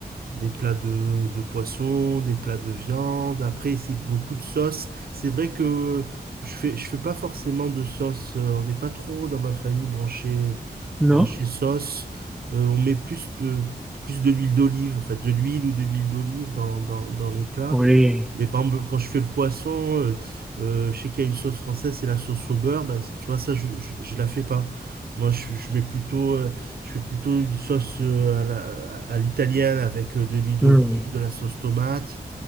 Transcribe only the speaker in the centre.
Non?
Oui.
Hum,